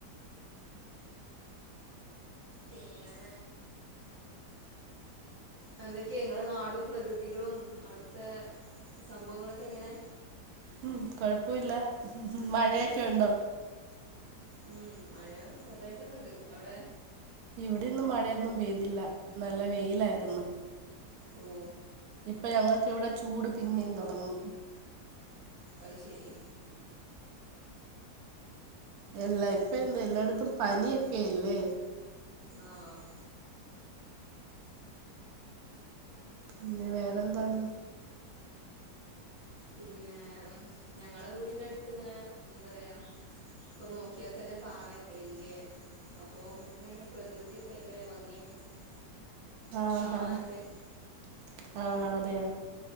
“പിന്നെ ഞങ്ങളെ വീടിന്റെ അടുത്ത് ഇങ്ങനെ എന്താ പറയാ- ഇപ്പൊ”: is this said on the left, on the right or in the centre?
Right